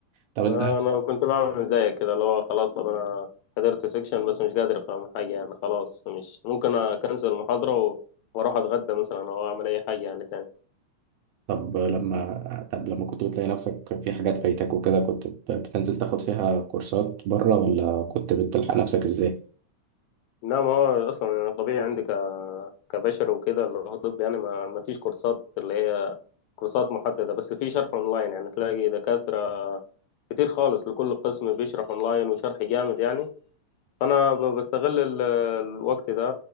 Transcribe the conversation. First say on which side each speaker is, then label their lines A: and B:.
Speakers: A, on the right; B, on the left.
A: طب
B: ما
A: أنت
B: أنا كنت بعمل زيك كده اللي هو خلاص طب أنا حضرت سيكشن بس مش قادر أفهم حاجة يعني خلاص مش ممكن أكنسل المحاضرة و- وأروح أتغدى مثلا أو أعمل أي حاجة يعني تاني
A: طب لما طب لما كنت بتلاقي نفسك في حاجات فايتك وكده كنت بتنزل تاخد فيها كورسات بره ولا كنت بتلحق نفسك إزاي؟
B: لا ما هو اصلا انا طبيعي عندي ك... كبشر وكده اللي هو طب يعني ما... ما فيش كورسات اللي هي كورسات محدده بس في شرح اونلاين يعني تلاقي دكاتره كتير خالص لكل قسم بيشرح اونلاين وشرح جامد يعني فانا ب... بستغل ال... الوقت ده